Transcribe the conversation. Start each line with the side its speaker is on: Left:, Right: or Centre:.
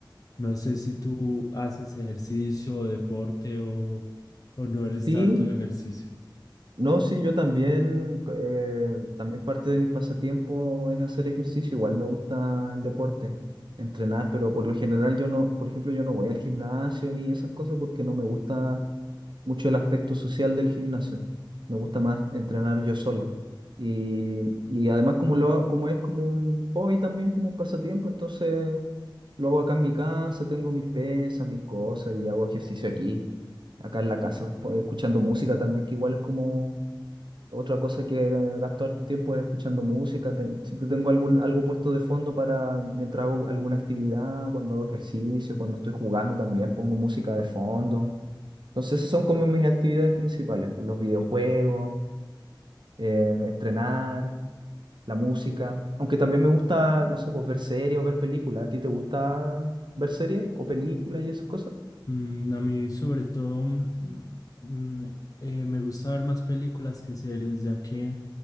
Left: No sé si tú haces ejercicio o deporte o, o no eres
Right: Sí,
Left: tanto de ejercicio.
Right: no, sí, yo también, eh, también parte de mis pasatiempos es hacer ejercicio, igual me gusta el deporte, entrenar, pero por lo general yo no, por ejemplo, yo no voy al gimnasio ni esas cosas porque no me gusta mucho el aspecto social del gimnasio. Me gusta más entrenar yo solo. Y, y además como lo hago- como es como un hobby también, como un pasatiempo, entonces lo hago acá en mi casa, tengo mis pesas, mis cosas y hago ejercicio aquí, acá en la casa, po- escuchando música también, que igual es como otra cosa que eh, gasto harto tiempo es escuchando música. ten- siempre tengo algún, algo puesto de fondo para mientras hago alguna actividad, cuando hago ejercicio, cuando estoy jugando también pongo música de fondo. Entonces, esas son como mis actividades principales, pues, los videojuegos, eh, entrenar, la música. Aunque también me gusta, no sé, pues ver series o ver películas. ¿A ti te gusta ver series o películas y esas cosas?
Left: Mm, a mí sobre todo mm, mm, eh, me gusta ver más películas que series, ya que